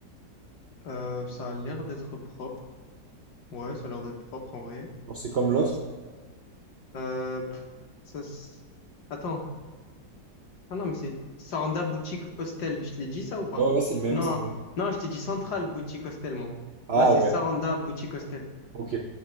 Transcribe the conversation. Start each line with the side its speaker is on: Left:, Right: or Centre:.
Left: Euh, ça a l'air d'être propre. Ouais, ça a l'air d'être propre en vrai.
Right: Genre, c'est comme l'autre?
Left: Ça s- Euh, pff, ça, s- Attends. Ah non, mais c'est Saranda Boutique Hostel. Je te l'ai dit ça ou pas?
Right: Ouais, ouais, c'est le même,
Left: Non,
Right: c'est le même.
Left: non, je t'ai dit Central Boutique Hostel, moi.
Right: Ah
Left: Là, c'est
Right: ouais,
Left: Saranda Boutique Hostel.
Right: ok.